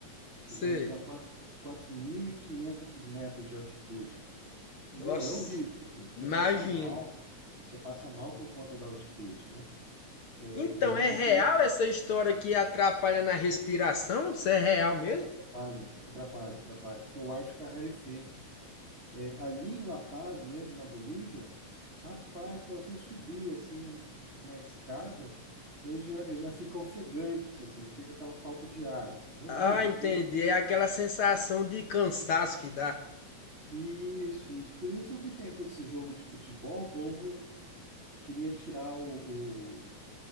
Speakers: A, on the right; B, on the left.
A: chegamos
B: Sei.
A: a 4, 4.500 metros de altitude.
B: Nossa,
A: Meu, é horrível, assim.
B: imagino.
A: Você passa mal, você passa mal por conta da altitude, né? É,
B: Então,
A: E,
B: é real
A: e aí
B: essa história que atrapalha na respiração? Isso é real mesmo?
A: atrapalha, atrapalha, atrapalha, porque o ar fica rarefeito. É, ali em La Paz mesmo, na Bolívia, rapaz, para você subir assim um- uma escada, você já, já fica ofegante, assim, já fica aquela falta de ar, assim, horrível,
B: Ah, entendi.
A: horrível.
B: É aquela sensação de cansaço que dá.
A: Isso, isso. Por isso que tem com esse jogo de futebol, o povo queria tirar o,